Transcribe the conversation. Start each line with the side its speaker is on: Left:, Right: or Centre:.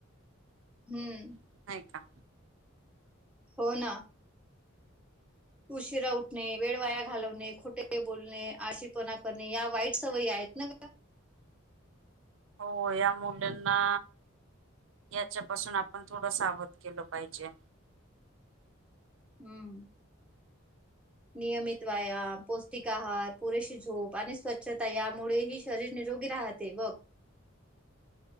Centre: हम्म.
Right: नाहीय का?
Centre: हो ना. उशीरा उठणे, वेळ वाया घालवणे, खोटे बोलणे, आळशी पणा करणे, या वाईट सवयी आहेत ना?
Right: हो या <unintelligible> मुंडंना याच्यापासून आपण थोडं सावध केलं पाहिजे.
Centre: हम्म नियमित व्यायाम, पौष्टिक आहार, पुरेशी झोप आणि स्वच्छता यामुळे ही शरीर निरोगी राहते बघ